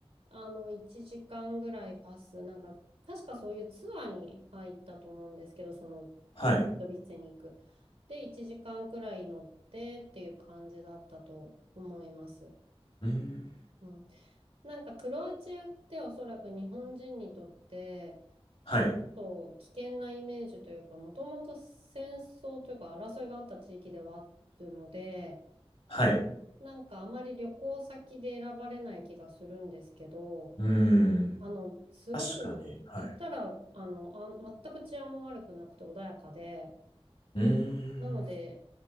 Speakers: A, on the right; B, on the left.
A: あの、1時間ぐらいバス、なんか、確かそういうツアーに入ったと思うんですけど、その、
B: はい、
A: ドビッツェに行く。で、1時間くらい乗ってっていう感じだったと思います。
B: うん
A: うん、なんかクロアチアっておそらく日本人にとって
B: はい、
A: ちょっと危険なイメージというかもともと戦争というか争いがあった地域ではあるので
B: はい。
A: なんかあまり旅行先で選ばれない気がするんですけど
B: うん
A: あのすごくい行ったらあのあ全く治安も悪くなくて穏やかで
B: 確かに、はい。うーん
A: なので